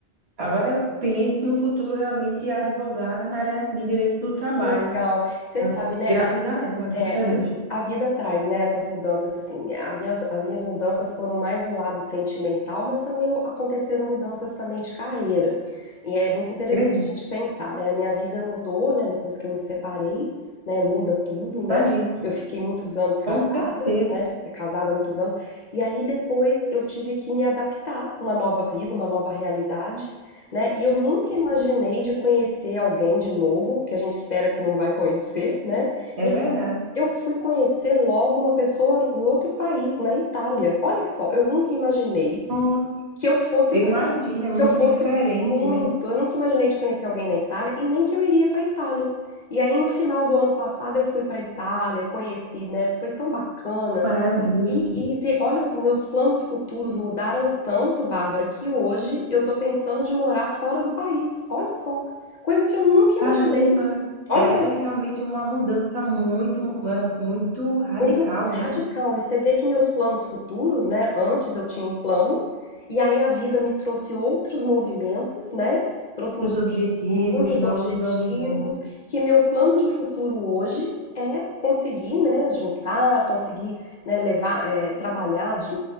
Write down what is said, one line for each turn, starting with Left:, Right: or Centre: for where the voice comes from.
Right: agora eu penso no futuro realmente em advogar na área de direito do trabalho.
Left: Que legal. Você
Right: sabe?
Left: sabe, né,
Right: Graças
Left: a
Right: a ela, graças
Left: é
Right: a Deus.
Left: a vida traz, né, essas mudanças assim, a minhas, as minhas mudanças foram mais no lado sentimental, mas também o- aconteceram mudanças também de carreira. E é muito interessante
Right: Acredito.
Left: a gente pensar, né, a minha vida mudou, né, depois que eu me separei, né, muda tudo, né?
Right: Imagina.
Left: Eu fiquei muitos anos casada,
Right: Com certeza.
Left: né, casada há muitos anos, e aí depois eu tive que me adaptar uma nova vida, uma nova realidade, né? E eu nunca imaginei de conhecer alguém de novo, porque a gente espera que não vai conhecer, né? E
Right: É verdade.
Left: eu fui conhecer logo uma pessoa em outro país, na Itália. Olha só, eu nunca imaginei
Right: Nossa,
Left: que eu fosse
Right: eu
Left: para
Right: imagino, é muito
Left: que eu fosse
Right: diferente,
Left: muito.
Right: né?
Left: Eu nunca imaginei de conhecer alguém na Itália e nem que eu iria para a Itália. E aí no final do ano passado eu fui para a Itália, conheci, né? Foi tão bacana.
Right: Maravilha.
Left: E, e ver, olha, os meus planos futuros mudaram tanto, Bárbara, que hoje eu tô pensando de morar fora do país. Olha só, coisa que eu nunca
Right: Caramba,
Left: imaginei. Olha
Right: é
Left: meus
Right: realmente uma mudança muito, é, muito radical,
Left: Muito
Right: né?
Left: radical. E você vê que meus planos futuros, né? Antes eu tinha um plano, e aí a vida me trouxe outros movimentos, né? Trouxe mu-
Right: Os objetivos,
Left: muitos
Right: novos
Left: objetivos,
Right: horizontes.
Left: que meu plano de futuro hoje é conseguir, né, juntar, conseguir, né, levar, eh, trabalhar, de-